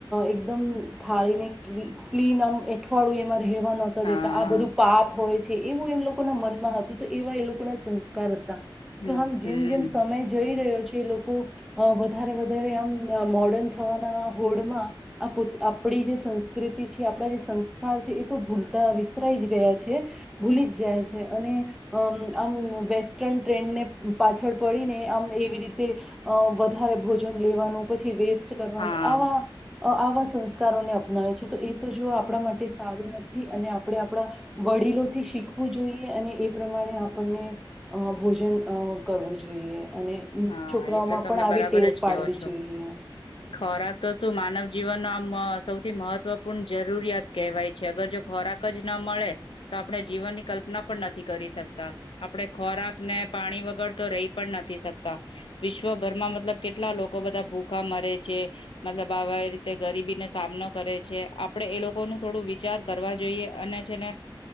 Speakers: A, in the centre; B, on the left.
A: એકદમ થાળીને ક્લી ક્લીન આમ એઠવાડું એમાં રહેવા નહતા
B: હા
A: દેતા આ બધું પાપ હોય છે એવું એ લોકો ના મનમાં હતું તો એવા એ લોકો ના સંસ્કાર હતા.
B: હમ
A: તો આમ જેમ
B: હમ
A: જેમ સમય જઈ રહ્યો છે જે લોકો અ વ ધારે વધારે આમ મોર્ડન થવાના હોડમાં આ પોત આપણી જે સંસ્કૃતિ છે. આપણા જે સંસ્કાર છે એ તો ભૂલ તા વિસ્તરાઈ જ ગયા છે. ભૂલી જ જાય છે અને અમ આમ વેસ્ટર્ન ટ્રેન્ડને પાછળ પડીને આમ એવી રીતે અ વધારે ભોજન લેવાનો પછી વેસ્ ટ કરવાનું
B: હા
A: આવો આ અ આવા સંસ્કારોને અપનાવે છે તો એ તો જો આપણા માટે સારું નથી અને આપણે આપણા વડીલોથી શીખવું જોઈએ અને એ પ્રમાણે આપણને અ ભોજન અ કરવું જોઈએ. અને અમ
B: હા
A: છોકરાઓમાં
B: એ તો તમે
A: પણ આવી
B: બરાબર
A: ટેવ
B: જ
A: પાડવી
B: કહો છો
A: જોઈએ.
B: ખોરાક તો શું માનવ જીવનનો આમ સૌથી મહત્વપૂર્ણ જરૂરિયાત કહેવાય છે અગર જો ખોરાક જ ન મળે તો આપણે જીવનની કલ્પના પણ નથી કરી શકતા આપણે ખોરાકને પાણી વગર તો રહી પણ નથી શક વિશ્વભરમાં મતલબ કેટલા લોકો બધા ભૂખા મરે છે, મતલબ આવા રીતે ગરીબીને સામનો કરે છે, આપડે એ લોકો ન થોડું વિચાર કરવા જોઈએ અને છેને